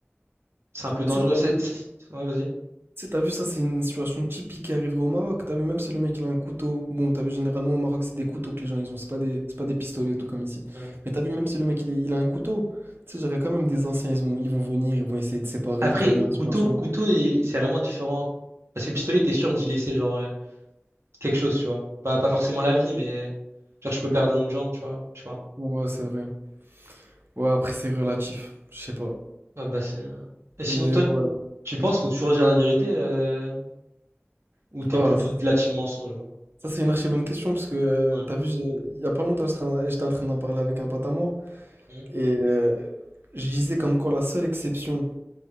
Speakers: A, on the right; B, on the right.
A: c'est un peu dangereux.
B: Tu sais, t'as-
A: C'est- c'est- Ouais, vas-y.
B: Tu sais, t'as vu, ça, c'est une situation typique qui arriverait au Maroc. T'as vu, même si le mec, il a un couteau. Bon, t'as vu, généralement, au Maroc, c'est des couteaux que les gens, ils ont. C'est pas des, c'est pas des pistolets et tout comme ici.
A: Ouais.
B: Mais t'as vu, même si le mec, il, il a un couteau. Tu sais, j'aurais quand même des anciens, ils vont, ils vont venir, ils vont essayer de séparer,
A: Après,
B: calmer la
A: couteau,
B: situation.
A: couteau, et- c'est vraiment différent. Parce que pistolet, t'es sûr d'y laisser, genre, euh, quelque chose, tu vois. Pas, pas forcément la vie, mais. Genre, je peux perdre une jambe, tu vois. Je sais pas.
B: Ouais, c'est vrai. Ouais, après, c'est relatif. Je sais pas.
A: Ah bah c'est... euh, Et sinon,
B: Mais
A: toi,
B: ouais.
A: tu penses faut toujours dire la vérité euh, ou t'es
B: Ah,
A: plutôt
B: ça,
A: de la team mensonge, genre?
B: ça, c'est une archi bonne question, parce que, euh,
A: Ouais.
B: t'as vu, j'ai- il y a pas longtemps, j'étais en j'étais en train d'en parler avec un pote à moi.
A: Mhm.
B: Et euh, je disais comme quoi la seule exception.